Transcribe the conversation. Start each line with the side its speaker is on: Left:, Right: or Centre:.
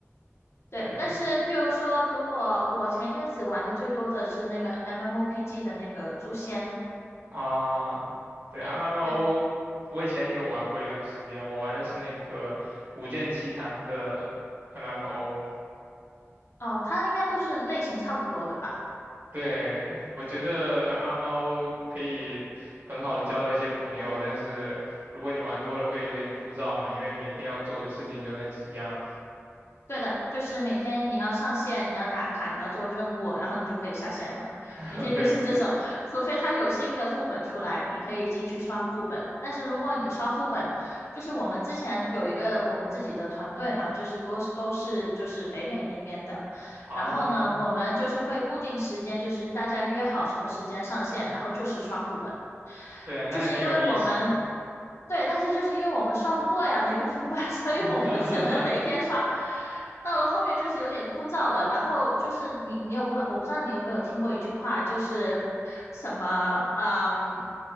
Left: 对。
Right: 对，
Left: 但是譬如说，如果我前一阵子玩的最多的是那个 MMOPG 的那个《诛仙》，
Right: 啊，对，MMO，
Left: 对，
Right: 我以前也有玩过一段时间，我玩的是那个《古剑奇谭》的 MMO。
Left: 哦，它应该都是类型差不多的吧？
Right: 对，我觉得 MMO 可以很好的交到一些朋友，但是如果你玩多了会有点枯燥嘛，因为每天要做的事情就那几样。
Left: 对的，就是每天你要上线，你要打卡，你要做任务，然后你就可以下线了。
Right: <laughs>
Left: 每天就是这种，
Right: 对
Left: 除非它有新的副本出来，你可以进去刷副本。但是如果你刷副本，就是我们之前有一个我们自己的团队嘛，就是多都是就是北美那边的。
Right: 啊，
Left: 然后呢，我们就是会固定时间，就是大家约好什么时间上线，然后就是刷副本。
Right: 对，那还挺有意思的。
Left: 就是因为我们对，但是就是因为我们刷不过呀那个副班，<laughs> 所以我们只能每天刷。
Right: <laughs> 哈哈
Left: 到了后面就是有点枯燥了，然后就是你你有不知道，我不知道你有没有听过一句话，就是什么嗯，